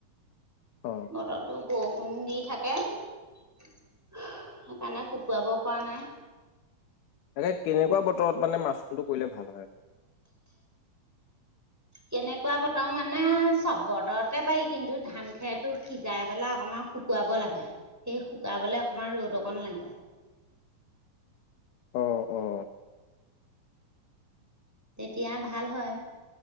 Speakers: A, on the left; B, in the centre.
A: অ
B: বতৰটো। বৰষুণ দি থাকে সেইকাৰণে শুকুৱাব পৰা নাই।
A: এ কেনেকুৱা বতৰত মানে মাচুমটো কৰিলে ভাল হয়।
B: কেনেকুৱা বতৰ মানে চব বতৰতে পাৰি কিন্তু ধান খেৰটো সিজাই পেলাই অকমান শুকুৱাব লাগে সেই শুকাবলে অকমান ৰ'দ অকন লাগে।
A: অহ অ
B: তেতিয়া ভাল হয়